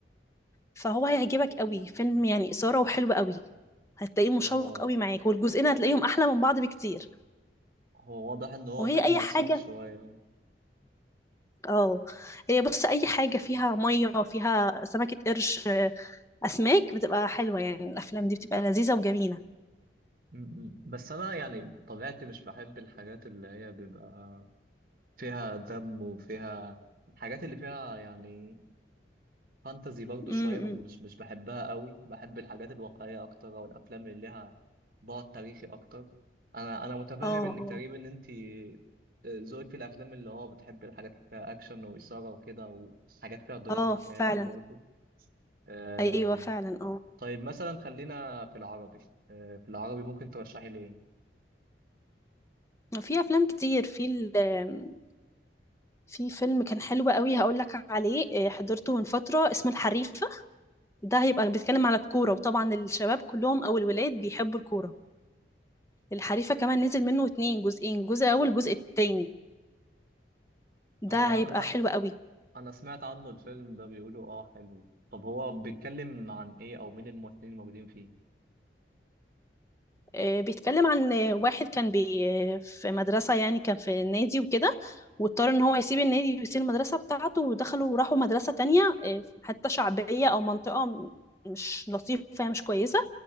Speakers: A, on the left (about 15°); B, on the right (about 55°).
A: فهو هيعجبك قوي فيلم يعني إثارة وحلو قوي هتلاقيه مشوق
B: هو
A: قوي معاك والجزئين هتلاقيهم أحلى من بعض بكتير
B: هو واضح ان هو
A: وهي
B: فيلم
A: أي حاجة
B: مثير شويه
A: اه هي بص أي حاجة فيها مية فيها سمكة قرش آه، أسماك بتبقى حلوة يعني الأفلام دي بتبقى لذيذة وجميلة
B: م- بس انا يعني طبيعتي مش بحب الحاجات اللي هي بيبقى فيها دم وفيها الحاجات اللي فيها يعني فانتزي برضو
A: امم
B: شوية ما- مش مش بحبها قوي بحب الحاجات الواقعية اكتر او الافلام اللي لها بعد تاريخي اكتر انا انا متفاهم
A: اه
B: انك
A: اه
B: تقريبا ان انت ذوقك في الافلام اللي هو بتحب الحاجات اللي فيها اكشن واثارة وكده وحاجات فيها دراما
A: اه فعلا
B: احيانا برضو آم،
A: ايوه فعلا اه
B: طيب مثلا خلينا في العربي آه، في العربي ممكن ترشحي لي ايه
A: في افلام كتير في ال- في فيلم كان حلو قوي هقول لك عليه آه، حضرته من فتره اسمه الحريفه ده هيبقى بيتكلم على الكورة وطبعا الشباب كلهم أو الولاد بيحبوا الكورة الحريفة كمان نزل منه اتنين جزئين جزء أول جزء التاني ده
B: هو انا
A: هيبقى حلو قوي
B: انا سمعت عنه الفيلم ده بيقولوا اه حلو طب هو بيتكلم عن ايه او مين الممثلين الموجودين فيه
A: آه، بيتكلم عن آه، واحد كان بي آه، في مدرسة يعني كان في النادي وكده واضطر ان هو يسيب النادي ويسيب المدرسة بتاعته ودخلوا وراحوا مدرسة تانية آه، حتى شعبية أو منطقة م- مش لطيفة مش كويسة